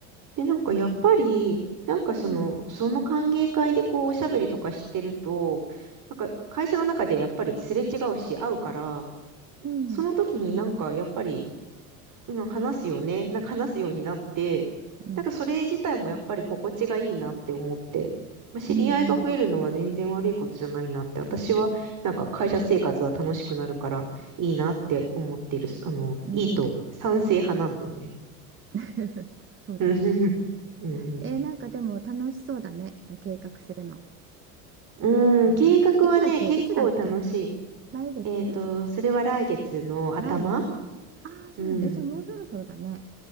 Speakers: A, on the right; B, on the right.
A: で、なんかやっぱり、
B: いいと思
A: なんかその、
B: ううん
A: その歓迎会でこうおしゃべりとかしてると、なんか会社の中でやっぱりすれ違うし会うから、
B: うん
A: その時になんかやっぱり、うん、話すよね。なんか話すようになって、
B: うん
A: なんかそれ自体もやっぱり心地がいいなって思って、まあ、知り合いが増えるのは全然悪いことじゃないなって、
B: うんうん
A: 私はなんか会社生活は楽しくなるからいいなって思ってる、あの、
B: うんうん
A: いいと賛成派なんだよね。
B: <laughs> そうだね
A: <laughs> うんうん
B: えー、なんかでも楽しそうだね計画するの
A: うん、
B: あの、
A: 計画はね、
B: いつだっけいつだっけ
A: 結構楽しい。
B: 来月
A: えっと、それは来月の頭
B: あ、来月。ああ、そうなんだ。
A: うん。
B: えじゃあもうそろそろだね。